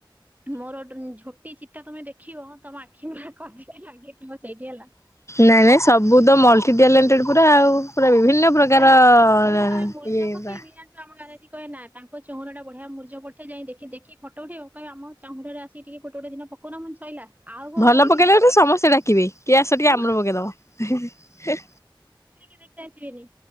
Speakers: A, on the right; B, on the left.
A: ମୋର ଝୋଟି ଚିତା ତମେ ଦେଖିବ ତମ ଆଖି ପୁରା ଖସି ଲାଗିଥିବ ସେଇଠି ହେଲା।
B: ନାଇଁ ନାଇଁ ସବୁ ତ ମଲ୍ଟି ଟ୍ୟାଲେଣ୍ଟେଡ ପୁରା ଆଉ ପୁରା ବିଭିନ୍ନ ପ୍ରକାର
A: ସେ
B: ଇଏ
A: ମୁଁ ଯେତେବେଳେ ମୁର୍ଜ ପକେଇବି
B: ପୁରା।
A: ଜାଣିଛୁ ଆମ ଗାଁରେ ଆସି କହେ ନା ତାଙ୍କ ଚଉରାଟା ବଢିଆ ମୁର୍ଜ ପଡ଼ିଥିଲା ଯାଇ ଦେଖି ଦେଖି ଫଟ ଉଠେଇବ। କହବି ଆମ ଚଉଁରାରେ ଆସିକି ଗୋଟେ ଗୋଟେ ଦିନ ପକଉନା ମୁଁ କାଇବି ସଇଲା। ଆଉ କଣ
B: ଭଲ
A: ରହିବି
B: ପକେଇଲାଠୁ ସମସ୍ତେ ଡାକିବେ, କିଏ ଆସ ଟିକେ
A: ହମ
B: ଆମର ପକେଇଦବ।
A: ଖେ ଆସିବେନି।